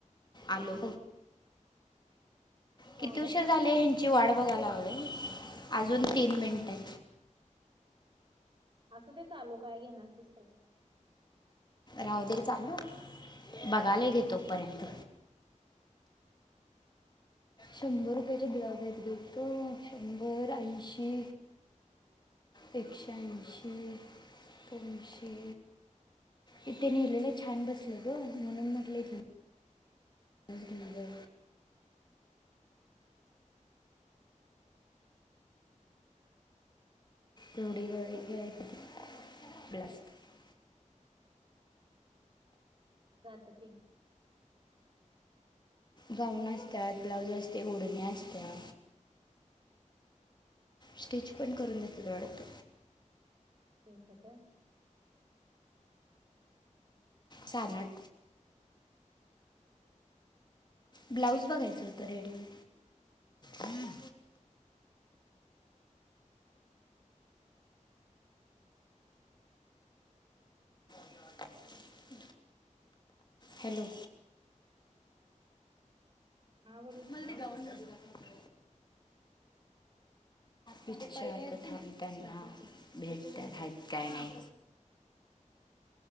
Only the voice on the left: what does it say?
आलो.
किती उशीर
झाले हेची वाट बघायलागलोय अजून तीन मिनट आहेत.
राहुदे चालू. बघायले
घे तोपर्यंत. शंभर रुपयाचे ब्लाउज आहेत. गे त शंभर, ऐंशी.
एकश्याऐंशी, दोनशे. इथन नेलेलं छान बसलं ग. म्हणून म्हटलं एक घेऊन जाऊया. जडी का <unintelligible>
गाऊन असत्यात. ब्लाऊज असते, ओढणे असत्या. स्टीच पण करून देतात वाढत.
सानाठ. ब्लाऊज बघायचं होतं रेडीमेड. आ. ह <unintelligible> हॅलो.
मलाल ते गाऊन जरा दाखवा. विचारतो थांब त्यांना भेटत्या काय. काय नाही.